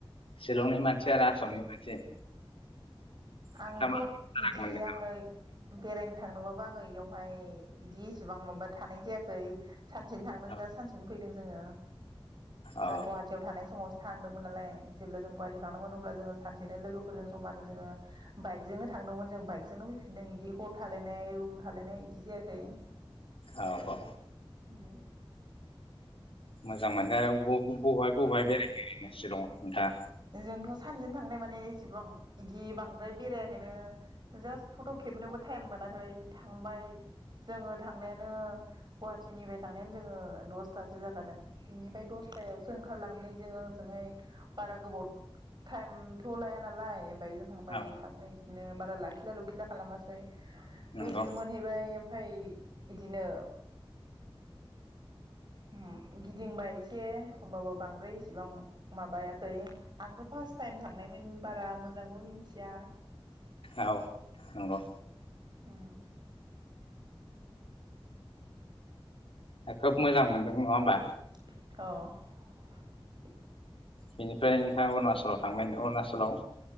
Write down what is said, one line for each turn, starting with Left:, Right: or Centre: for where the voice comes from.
Left: शिलंनि मानसि आरो आसामनि <inaudible>
Right: आंथ'
Left: नोंथाङा मा
Right: बिदि
Left: राग मोनदों
Right: आङो बेरायनो थांदोंबाबो आङो बेयावहाय बिदि इसिबां माबा थानाय जायाखै सानसेनो थांदों
Left: औ
Right: जा सानसेनो फैदों जोङो
Left: औ
Right: जों गुवाहाटियाव थानाय समाव थांदोंमोन नालाय जेब्ला जों गारिजों थांदोंमोन अब्ला जोङो सानसेनो लोगोफोरजों ज'मानो जोङो बाइकजोंनो थांदोंमोन जों बाइकजोंनो फैफिनदों बिदि हर थालायनाय रुम थालायनाय बिदि जायाखै
Left: औ औ
Right: उम
Left: मोजां मोनदों आरोबाव बबेहाय बबेहाय बेरायखो नोङो शिलंआव नोंथाङा
Right: जोंथ' सानसेनि थां थांनाय माने इसेबां बिदि बांद्राय बेरायाखैनो जास फट' खेबनोबो टाइम मोनाखै थांबाय जोङो थांनायानो गुवाहटिनिफ्राय थांनायानो जोङो दसथासो जाखादों बेनिफ्राय दसतायावसो ओंखारलांनानै जोङो होजोंहाय बारा गोबाव टाइमथ' लाया नालाय बाइकजों थांबाय
Left: औ
Right: थाबनै बिनो बारा लाखिला लुखिला खालामासै
Left: नंगौ
Right: द'सेनो मोनहैबाय ओमफ्राय बिदिनो उम गिदिंबाय एसे होबाबो बांद्राय इसिबां माबायाखै आंथ' फार्स्ट टाइम थांनायमोन बारा मोजांबो मिथिया
Left: औ नंगौ
Right: उम
Left: ओ खोब मोजां मोनदों नङा होमबा
Right: अ'
Left: बेनिफ्राय नोंथाङा अरुणाचलाव थांबाय अरुणाचलाव